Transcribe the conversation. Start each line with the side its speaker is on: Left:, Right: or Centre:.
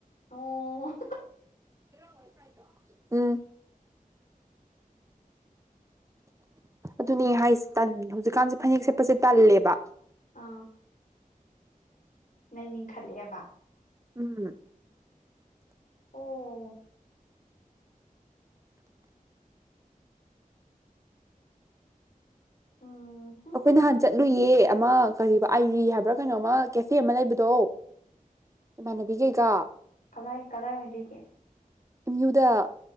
Left: ꯑꯣ
Right: ꯔꯣꯏꯁꯥꯏꯗ ꯎꯝ ꯑꯗꯨꯅꯦ ꯍꯥꯏꯁꯦ ꯇꯟ ꯍꯧꯖꯤꯛꯀꯥꯟꯁꯦ ꯐꯅꯦꯛ ꯁꯦꯠꯄꯁꯦ ꯇꯜꯂꯦꯕ
Left: ꯑꯥ ꯅꯅꯤꯡꯈꯠꯂꯦꯕ
Right: ꯎꯝ
Left: ꯑꯣ ꯎꯝ ꯍꯨꯝ
Right: ꯑꯩꯈꯣꯏ ꯅꯍꯥꯟ ꯆꯠꯂꯨꯏꯌꯦ ꯑꯃ ꯀ ꯑꯥꯏꯔꯤ ꯍꯥꯏꯕ꯭ꯔꯥ ꯀꯩꯅꯣꯃ ꯀꯦꯐꯦ ꯑꯃ ꯂꯩꯕꯗꯣ ꯏꯃꯥꯟꯅꯕꯤ ꯀꯩꯀꯥ
Left: ꯀꯗꯥꯏ ꯀꯗꯥꯏ ꯑꯣꯏ ꯂꯩꯒꯦ
Right: ꯅ꯭ꯨꯗ